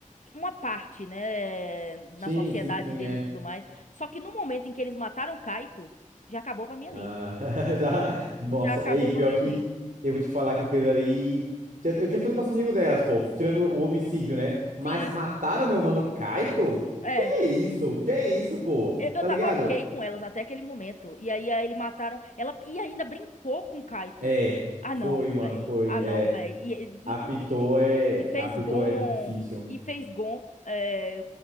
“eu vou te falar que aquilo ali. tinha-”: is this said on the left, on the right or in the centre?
Right